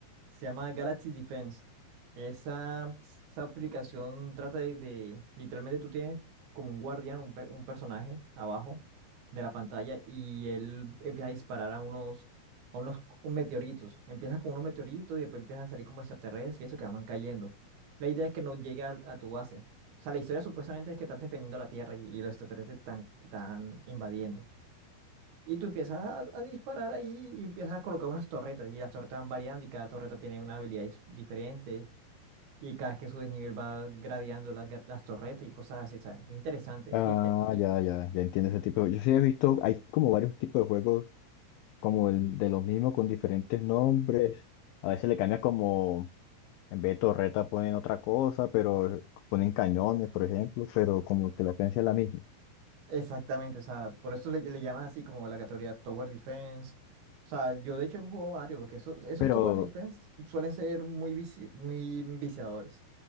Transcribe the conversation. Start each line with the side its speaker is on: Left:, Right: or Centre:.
Right: Se llama Galaxy Defense. Esa, esa aplicación trata de, de- literalmente tú tienes como un guardián, un, pe- un personaje abajo de la pantalla y él empieza a disparar a unos, a unos un meteoritos. Empiezas con unos meteoritos y después empiezan a salir como extraterrestres y eso que van cayendo. La idea es que no llegue al- a, tu base. O sea, la historia supuestamente es que estás defendiendo la Tierra y, y los extraterrestres están, están invadiendo. Y tú empiezas a, a disparar ahí y empiezas a colocar unas torretas y las torretas van variando y cada torreta tiene una habilidad dis- diferente y cada vez que subes nivel va gradeando las, gra- las torretas y cosas así, ¿sabes? Es Interesante.
Left: Ah,
Right: es di- eh,
Left: ya, ya, ya entiendo ese tipo de... Yo sí he visto, hay como varios tipos de juegos como el- de los mismos con diferentes nombres. A veces le cambia como, en vez de torreta ponen otra cosa, pero ponen cañones, por ejemplo, pero como que la esencia es la misma.
Right: Exactamente, o sea, por eso le, le llaman así como la categoría Tower Defense. O sea, yo de hecho he jugado varios porque esos, esos
Left: Pero,
Right: Tower Defense suelen ser muy, vici- muy viciadores,